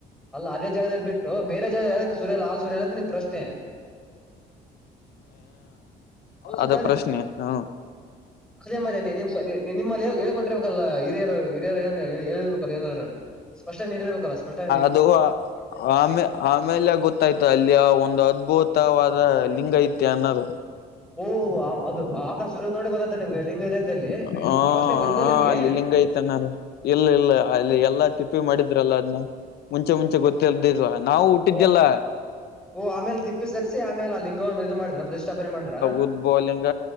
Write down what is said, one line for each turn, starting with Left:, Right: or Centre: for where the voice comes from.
Centre: ಅಲ್ಲ ಅದೇ ಜಾಗದಲ್ಲಿ ಬಿಟ್ಟು ಬೇರೆ ಜಾಗ ಯ ಸುರ್ಯಲ್ ಹಾಲ್ ಸುರ್ಯಲ್ ಅಂತ ನಿಮ ಪ್ರಶ್ನೆ
Left: ಹ
Centre: ಹೌದು
Left: ಅದ
Centre: ತಾನೆ
Left: ಪ್ರಶ್ನೆ ಹ್ಮ್
Centre: ಅದೇ ಮದೇ ನಿಮ್ಮಲ್ಲಿ ಹೇಳಳ್ಕೊಿರ್ಬೇಕು ಲ್ಲ ಹಿರಿಯರು ಹಿರಿಯರು ಏ ಹೇಳಿರ್ಬೇಕಲ್ಲ ಏನಾದ್ರು ಸ್ಪಷ್ಟ ನೀಡಿರ್ಬೇಕಲ್ಲ ಸ್ಪಷ್ಟ
Left: ಅದು ಆಮೇ ಆಮೇಲೆ ಗೊತ್ತಾಯ್ತು ಅಲ್ಲಿ ಒಂದು ಹದ್ಬೂ ತವಾದ ಲಿಂಗಾಯತ್ಯ ಅನ್ನೋದು
Centre: ಓಹ ಆ ಅದು ಆ ನೋಡಿ ಗೊತ್ತ ನಿಮ್ಗೆ ಲಿಂಗ ಇದೆ ಅಂತಲ್ಲಿ
Left: ಹ
Centre: ಇ
Left: ಹ
Centre: ಪ್ರಶ್ನೆ ಗೊತ್ತಿದ್ದಲ್ಲ ನಿಮಂೆ
Left: ಅಲ್ಲಿ ಲಿಂಗ ಐತನಲ್ಲ ಇಲ್ಲ ಇಲ್ಲ ಅಲ್ಲಿ ಎಲ್ಲಾ ತಿಪ್ಪಿ ಮಾಡಿದ್ರಲ್ಲ ಅದ್ನ್ನ ಮುಂಚೆ ಮುಂಚೆ ಗೊತ್ತಿದಿಲ್ವಾ ನಾವು ಹಊಟ್ಟಿದ್ದಲ್ಲ
Centre: ಓ ಓ ಆಮೇಲೆ ತಿಪ್ಪಿ ಸರಿಸಿ ಆಮೇ ಆ ಲಿಂಗವನ್ನು ಇದು ಮಾಡಾರೆ ಪ್ರತಿ್ಠಪನೆ ಮಾಡತಾರೆ
Left: ಉದ್ಬೌಲಿಂಗ